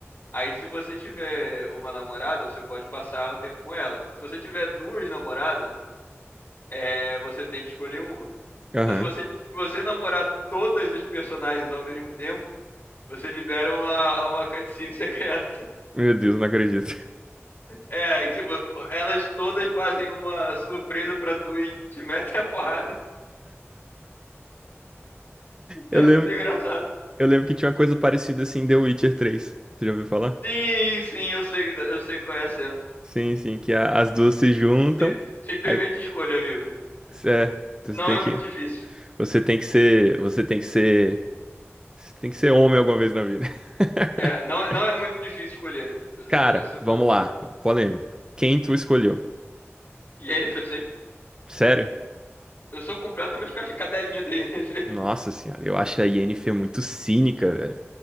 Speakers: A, on the left; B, on the right.
A: Aí, se você tiver uma namorada, você pode passar o tempo com ela. Se você tiver duas namoradas, é, você tem que escolher uma.
B: aham.
A: Mas se você, se você namorar todos os personagens ao mesmo tempo, você libera uma, uma cutscene <laughs> secreta.
B: Meu Deus, não acredito.
A: É, e, tipo, elas todas fazem uma surpresa pra tu e te metem a porrada.
B: Eu
A: É
B: lembro,
A: muito engraçado.
B: eu lembro que tinha uma coisa parecida assim em The Witcher três. Você já ouviu falar?
A: Sim, sim, eu sei, que dá- eu sei qual é a cena.
B: Sim, sim, que a- as duas se juntam.
A: Si- Simplesmente
B: Aí,
A: escolha, amigo.
B: é, então você
A: Não
B: tem
A: é
B: que,
A: muito difícil.
B: você tem que ser, você tem que ser, você tem que ser homem alguma vez na vida. <laughs>
A: É, não, é- não é muito difícil escolher. Você
B: Cara,
A: você pode
B: vamos
A: escolher.
B: lá, polêmico. Quem tu escolheu?
A: Jennifer sempre.
B: Sério?
A: Eu sou completamente caixa- cadelinha da Yennefer.
B: Nossa senhora, eu acho a Yennefer muito cínica, velho.